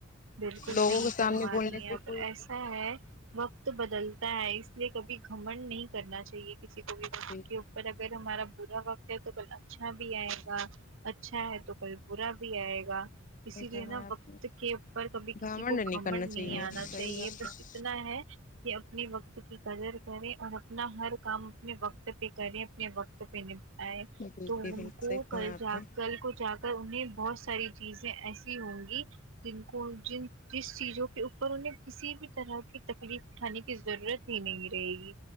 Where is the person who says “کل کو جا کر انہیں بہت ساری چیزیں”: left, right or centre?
Right